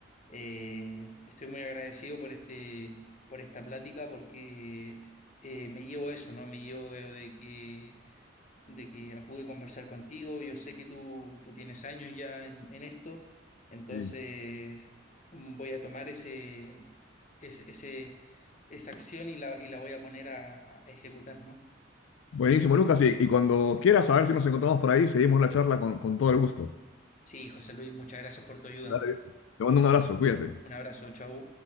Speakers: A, on the left (about 35°); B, on the left (about 75°).
A: Eh, estoy muy agradecido por este, por esta plática porque eh, me llevo eso, ¿no? Me llevo eh, de que, de que pude conversar contigo. Yo sé que tú, tú tienes años ya en, en esto, entonces
B: Sí.
A: mm, voy a tomar ese, ese, ese- esa acción y la, y la voy a poner a, a ejecutar, ¿no?
B: Buenísimo, Lucas. Y, y cuando quieras saber si nos encontramos por ahí, seguimos la charla con, con todo el gusto.
A: Sí, José Luis, muchas gracias por tu ayuda.
B: Dale, viejo. Te mando un abrazo, cuídate.
A: Un abrazo, chau.